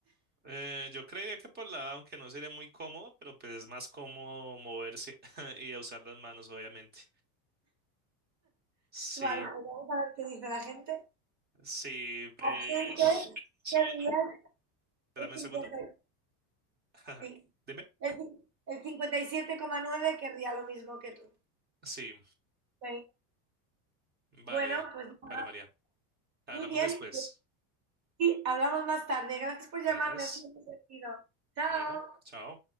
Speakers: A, on the right; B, on the right.
A: Eh, yo creería que por la edad, aunque no sería muy cómodo, pero pues es más cómodo moverse <laughs> y usar las manos, obviamente. Sí,
B: Vale, pues vamos a ver qué dice la gente.
A: sí.
B: Absente,
A: eh, es- segundo,
B: querría
A: espérame
B: el cincuenta
A: un segundo.
B: y siete
A: <laughs>
B: sí,
A: Dime.
B: el cin- el 57,9 querría lo mismo que tú.
A: Sí,
B: Sí.
A: vale,
B: Bueno, pues nada,
A: vale, María. Hablamos
B: muy bien.
A: después.
B: Sí, hablamos más tarde. Gracias por llamarme,
A: Gracias.
B: ha sido muy divertido. Chao.
A: Bueno, chao.